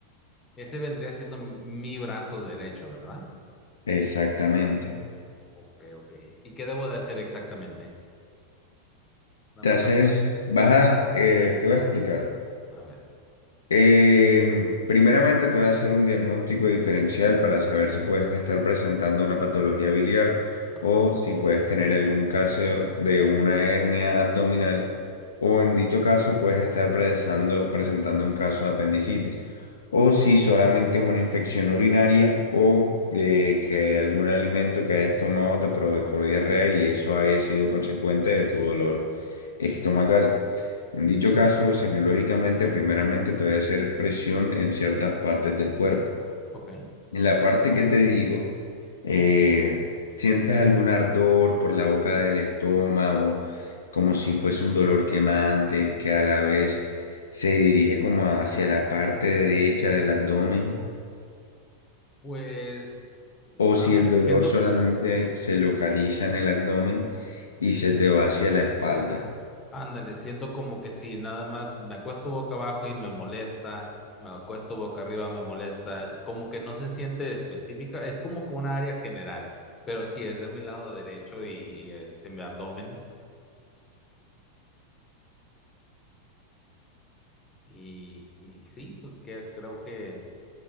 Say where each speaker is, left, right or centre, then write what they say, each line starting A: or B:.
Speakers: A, on the left; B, on the left.
A: Ese vendría siendo mi brazo derecho, ¿verdad?
B: Exactamente.
A: Ok, ok. ¿Y qué debo de hacer exactamente? ¿Una
B: Te
A: masa
B: haces,
A: plana?
B: vas a, eh, te voy a explicar.
A: A ver,
B: Eh, primeramente te voy a hacer un diagnóstico diferencial para saber si puedes estar presentando una patología biliar
A: ok.
B: o si puedes tener algún caso de una hernia abdominal o en dicho caso puedes estar presentando, presentando un caso de apendicitis o si solamente es una infección urinaria o eh, que algún alimento que hayas tomado te provocó diarrea y eso haya sido consecuente de tu dolor estomacal. En dicho
A: Ok.
B: caso, semiológicamente, primeramente te voy a hacer presión en ciertas partes del cuerpo.
A: Ok.
B: En la parte que te digo, eh, sientes algún ardor por la boca del estómago, como si fuese un dolor quemante, que a la vez se dirige como hacia la parte derecha del abdomen,
A: Pues no,
B: o si el dolor
A: siento
B: solamente
A: que
B: se localiza en el abdomen y se te va hacia la espalda.
A: Ándale, siento como que sí nada más me acuesto boca abajo y me molesta, me acuesto boca arriba, me molesta, como que no se siente específica, es como que una área general, pero sí es de mi lado derecho y, y este, mi abdomen, y, y sí, pues que creo que,